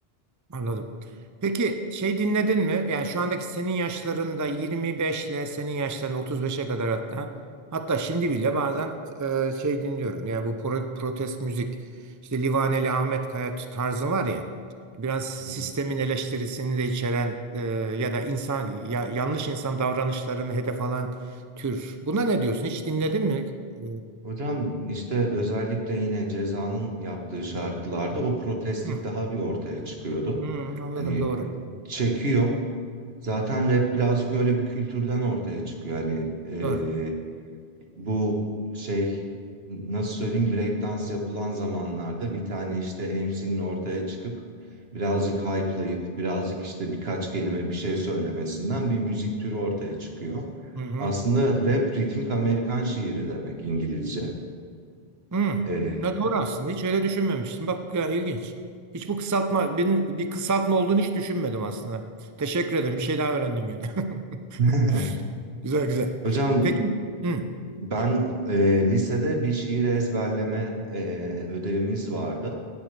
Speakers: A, on the right (about 25°); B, on the right (about 75°).
A: Anladım. Peki şey dinledin mi? Yani şu andaki senin yaşlarında 25 ile senin yaşlarında 35'e kadar hatta hatta şimdi bile bazen e, şey dinliyorum. Yani bu pro- protest müzik işte Livaneli Ahmet Kaya tarzı var ya biraz sistemin
B: Hı hı.
A: eleştirisini de içeren e, ya da insan ya- yanlış insan davranışlarını hedef alan tür. Buna ne diyorsun? Hiç dinledin mi? E,
B: Hocam işte özellikle yine Ceza'nın yaptığı şarkılarda o protestlik
A: hı,
B: daha bir ortaya çıkıyordu.
A: hı, anladım
B: Hani
A: doğru.
B: çekiyor. Zaten rap birazcık öyle bir kültürden ortaya çıkıyor. Hani e,
A: Doğru.
B: bu şey nasıl söyleyeyim breakdance yapılan zamanlarda bir tane işte MC'nin ortaya çıkıp birazcık hype'layıp birazcık işte birkaç kelime bir şey söylemesinden bir müzik türü ortaya çıkıyor.
A: Hı hı.
B: Aslında rap ritmik Amerikan şiiri demek İngilizce.
A: Hı.
B: Ee,
A: ne doğru aslında. Hiç öyle düşünmemiştim. Bak ya ilginç. Hiç bu kısaltma bir, bir kısaltma olduğunu hiç düşünmedim aslında. Teşekkür ederim. Bir şey daha öğrendim yani.
B: <laughs>
A: <laughs> Güzel güzel.
B: hocam
A: Peki. Hı.
B: ben e, lisede bir şiir ezberleme e, ödevimiz vardı.